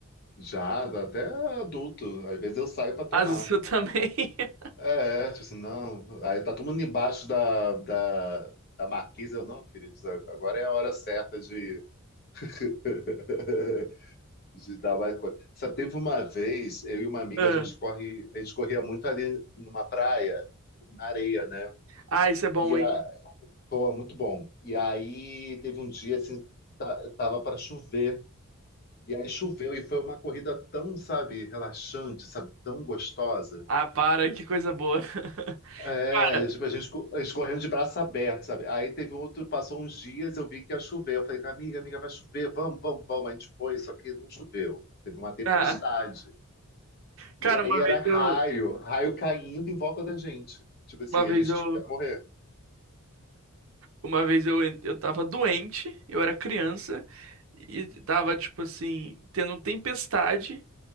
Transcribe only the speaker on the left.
Já, até adulto, às vezes eu saio para tomar.
É, é, tipo assim, não. Aí tá todo mundo embaixo da, da, da marquise, eu não, queridos, agora é a hora certa de, <laughs> de dar mais coisa. Sabe, teve uma vez, eu e uma amiga,
a gente corre, a gente corria muito ali numa praia, na areia, né?
E a,
pô, é muito bom. E aí teve um dia assim, ta- tava para chover. E aí choveu e foi uma corrida tão, sabe, relaxante, sabe, tão gostosa.
É,
tipo, a gente, co- a gente correndo de braço aberto, sabe? Aí teve um outro, passou uns dias, eu vi que ia chover. Eu falei, amiga, amiga, vai chover, vamos, vamos, vamos. A gente foi, só que não choveu. Teve uma tempestade.
E aí
era
raio,
raio caindo em volta da gente. Tipo assim,
a gente
achou que ia morrer.